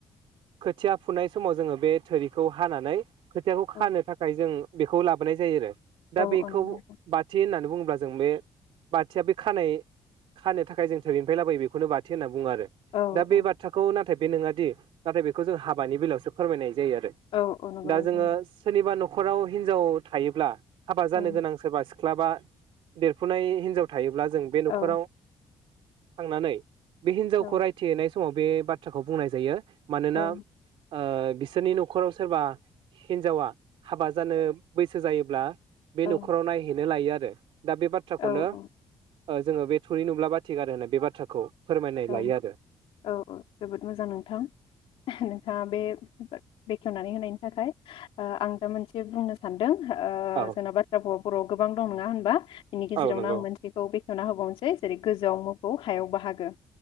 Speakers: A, on the right (about 75°); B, on the left (about 75°).
A: खोथिया फुनाय समाव जोङो बे थोरिखौ हानानै खोथियाखौ खानो
B: औ
A: थाखाय जों बेखौ लाबोनाय जायो आरो
B: औ
A: दा बेखौ
B: औ नंगौ नोंथां
A: बाथि होननानै बुङ अब्ला जों बे बाथिया बे खानाय खानो थाखाय जों थोरैनिफ्राय लाबोयो बेखौनो बाथि होनना बु बुङो आरो
B: औ
A: दा बे
B: औ
A: बाथ्राखौ नाथाय बे नङाादि नाथाय बेखौ जों हाबानि बेलायावसो फोरमायनाय जायोआरो
B: औ औ नंगौ
A: दा
B: नोंथां
A: जोङो सोरनिबा नख न'खराव हिनजाव थायोब्ला हाबा जानो
B: औ
A: गोनां सोरबा सि क्लाबा देरफुनाय हिनजाव थायोब्ला जों बे न'खराव
B: औ
A: थांनानै बे हिनजावखौ
B: औ
A: रायथि हैैनाय समाव बे बाथ्राखौ बुंनाय जायो। मानोना
B: औ
A: ओ बिसोरनि न'खराव सोरबा हिनजावा हाबा जानो बैसो जायोब्ला बे
B: औ
A: न'खराव नायहैनो लायो आरो रो दा बे बाथ्राखौनो
B: औ
A: ओ जोङो बे थुरि नुब्ला बाथिगारो होनो बे बाथ्राखौ फोरमायनाय
B: औ
A: लायो आरो
B: औ औ जोबोद मोजां नोंथां नों थाङा बे <unintelligible> बेखेवनानै होनायनि थाखाय ओ आं दा मोनसे बुंनो सान्दों। ओ
A: औ
B: जेन'बाथ्रा <unintelligible> बर'आव गोबां दं नोङा होनबा? बिनि गेजेरावनो
A: औ नंगौ
B: आं मोनसेखौ बे होना होबावनोसै जेरै गोजौआव मोफौ हायाव बाहागो।